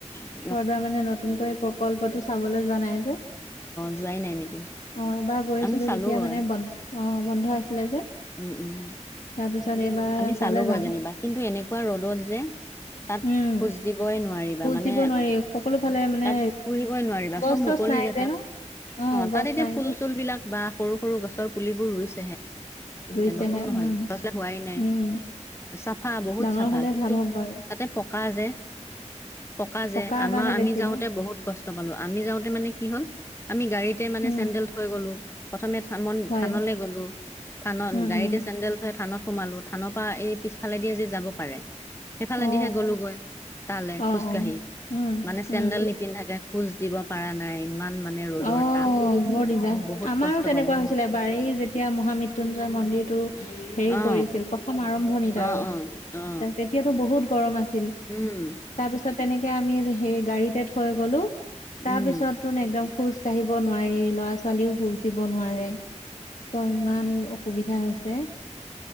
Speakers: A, on the left; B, on the left.
A: উ
B: বৰদোৱা মানে নতুনকৈ প্ৰকল্পতটো চাবলৈ যোৱা নাই যে অ
A: যোৱাই নাই নেকি?
B: এবাৰ গৈছিলো
A: আমি চালোগৈ
B: তেতিয়া মানে বন্ধ অ বন্ধ আছিলে যে
A: উম উম
B: তাৰপিছত এইবাৰ
A: আমি চালোগৈ
B: তালৈ যাম
A: যেনিবা কিন্তু এনেকুৱা ৰ'দত যে তাত
B: উম
A: খোজ দিবই নোৱাৰিবা
B: খোজ
A: মানে
B: দিব নোৱাৰি সকলো ফালে মানে
A: তাত ফুৰিবই নোৱাৰিবা
B: গছ
A: চব মুকলি
B: চছ নাই
A: যে তাত
B: ন
A: অ
B: গছ
A: তাত এতিয়া
B: নাই
A: ফুল
B: যে
A: চুল বিলাক বা সৰু সৰু গছৰ পুলিবোৰ ৰুইছেহে
B: ৰুইছেহে
A: নতুন নহয়
B: উম
A: গছবিলাক হোৱাই নাই
B: উম
A: চাফা বহুত
B: ডাঙৰ
A: চাফা
B: হলে
A: কিন্তু
B: ভাল হ'ব আৰু
A: তাতে পকা যে পকা যে
B: পকাৰ
A: আমাৰ
B: কাৰণে
A: আমি
B: বেছি
A: যাওঁতে
B: গ
A: বহুত কষ্ট পালো আমি যাওঁতে মানে কি হ'ল আমি গাড়ীতে মানে
B: উম
A: চেনডেল থৈ গলো প্ৰথমে
B: হয়
A: থানলে গ'লো থানত
B: উম
A: গাড়ীতে
B: উম
A: চেণ্ডেল থৈ থানত সোমালো থানৰ পৰা এই পিছফালেদি আজি যাব পাৰে সেইফালেদিহে
B: অ
A: গ'লোগৈ তালে
B: অ
A: খোজকাাঢ়ি
B: অ উম
A: মানে চেন্দেল
B: উম
A: নিপিন্ধাকে খোজ দিব পৰা নাই ইমান মানে ৰ'দৰ
B: অ
A: তাপ
B: বোৰ দিগদাৰ
A: বহুত
B: আমাৰো
A: কষ্ট
B: তেনেকুৱা
A: পালো
B: হৈছিলে বাৰী যেতিয়া মহামৃত্য স্যুঞ্জয় মন্দিৰটো হেৰি
A: অ
B: কৰিছিল প্ৰথম আৰম্ভণিত আৰু
A: অ অ অ অ
B: তেতিয়াতো বহুত গৰম আছিল
A: উম
B: তাৰ পিছত তেনেকে আমি সেই গাড়ীতে থৈ গলো তাৰ
A: উম
B: পিছত তোন একদম খোজ কাঢ়িব নোৱাৰি ল'ৰা ছোৱালীও খোজ দিব নোৱাৰে একদম ইমান অসুবিধা হৈছে